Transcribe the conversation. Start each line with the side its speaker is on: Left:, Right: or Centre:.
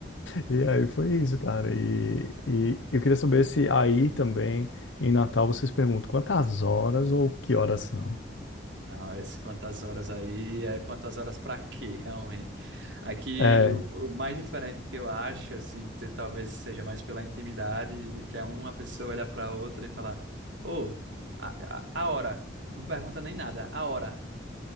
Left: <laughs> e aí foi isso, cara. E, e eu queria saber se aí também, em Natal, vocês perguntam quantas horas ou que horas são?
Right: Não, esse quantas horas aí é quantas horas para quê, realmente. Aqui,
Left: É.
Right: o, o mais diferente que eu acho, assim, te- talvez seja mais pela intimidade, que é uma pessoa olhar para outra e falar: Ô, a, a, a hora. Não pergunta nem nada, a hora.